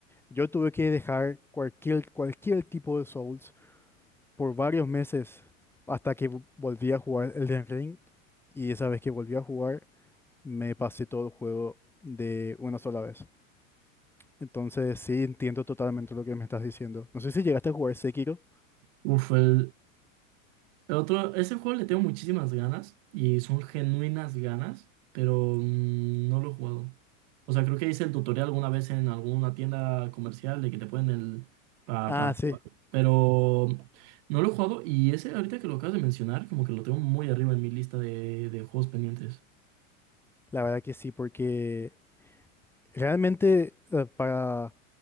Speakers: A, in the centre; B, on the right (about 55°).
A: yo tuve que dejar cualquier, cualquier tipo de Souls por varios meses hasta que vo- volví a jugar Elden Ring, y esa vez que volví a jugar, me pasé todo el juego de una sola vez. Entonces, sí, entiendo totalmente lo que me estás diciendo. No sé si llegaste a jugar Sekiro.
B: Uf, el, el otro, ese juego le tengo muchísimas ganas y son genuinas ganas, pero mm, no lo he jugado. O sea, creo que hice el tutorial alguna vez en alguna tienda comercial de que te ponen el... para
A: Ah,
B: jugar,
A: sí,
B: pero no lo he jugado y ese ahorita que lo acabas de mencionar, como que lo tengo muy arriba en mi lista de, de juegos pendientes.
A: la verdad que sí, porque realmente eh, para